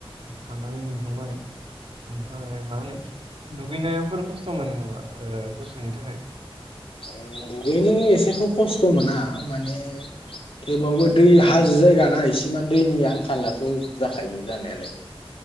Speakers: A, on the right (about 70°); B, on the left (about 65°).
A: थांनानै मोनखांबाय। ओमफाय मा होनो दुगैनायावफोर खस्थ' मोनो नामा ओ गुसुनि थाखाय?
B: ओम दुगैनो एसेथ' खस्थ' मोना माने थेवबाबो दै हाजो जायगाना इसेमान दैनि आंखालाथ' जाखायो जानायालाय।